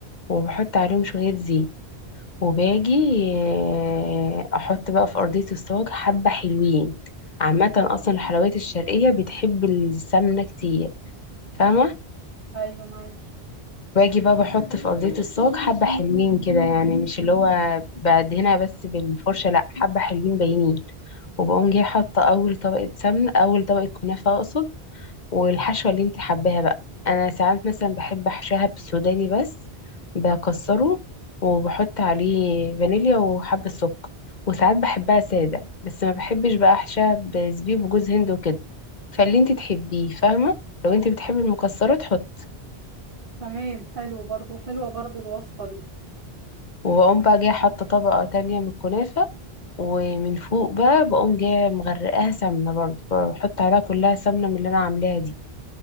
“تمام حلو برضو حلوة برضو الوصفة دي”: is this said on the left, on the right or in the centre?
Right